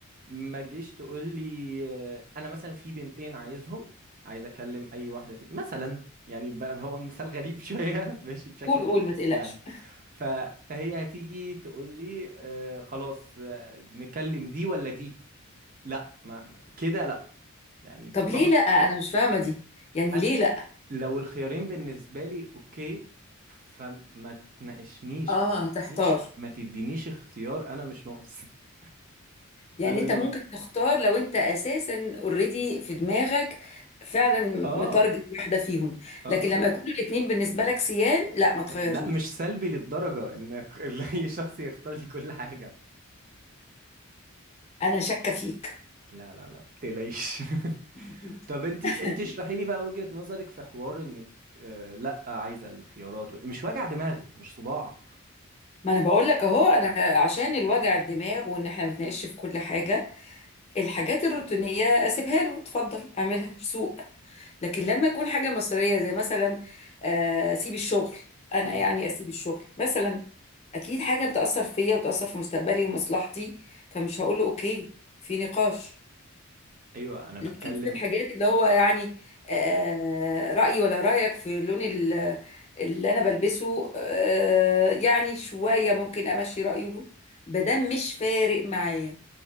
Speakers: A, on the right (about 40°); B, on the left (about 30°).
A: ما تجيش تقول لي آه، انا مثلا في بنتين عايزهم عايز اكلم اي واحده فيهم مثلا يعني بقى هو المثال غريب شويه <laughs> ماشي بشكل
B: قول
A: غريب
B: قول ما
A: بس
B: تقلقش
A: يعني ف... فهي هتيجي تقول لي آه خلاص آه، نكلم دي ولا دي لا ما ما- كده لا يعني
B: طب
A: طالما
B: ليه لا انا مش فاهمه دي يعني
A: أنا-
B: ليه لا
A: لو الخيارين بالنسبة لي اوكي فما تناقشنيش
B: اه
A: ما تدينيش
B: هتحتار
A: ما تدينيش اختيار انا مش ناقص <laughs>
B: يعني
A: انا
B: انت
A: بن-
B: ممكن تختار لو انت اساسا اوريدي في دماغك فعلا
A: اه
B: متارجت واحده فيهم
A: اه
B: لكن لما يكونوا الاتنين بالنسبه لك سيان لا ما تخيرنيش
A: إيه، لا مش سلبي للدرجة انك <laughs> اي شخص يختار لي كل حاجة
B: انا شاكه فيك
A: لا لا لا متقلقيش <laughs>
B: <laughs>
A: طب انتي انتي اشرحي لي بقى وجهة نظرك في حوار انك آه لا عايزة الخيارات مش وجع دماغ مش صداع
B: ما انا بقول لك اهو انا عشان الوجع الدماغ وان احنا بنتناقش في كل حاجه الحاجات الروتينية اسيبها له اتفضل اعملها سوق لكن لما يكون حاجة مصرية زي مثلا آه، اسيب الشغل انا
A: أمم،
B: يعني اسيب الشغل مثلا اكيد حاجة بتأثر فيا وتأثر في مستقبلي ومصلحتي فمش هقول له اوكي في نقاش
A: ايوه انا بتكلم
B: يمكن في الحاجات اللي هو يعني آه، رأيي ولا رأيك في اللون ال- اللي أنا بلبسه آه، يعني شوية ممكن أمشي رأيه مادام مش فارق معايا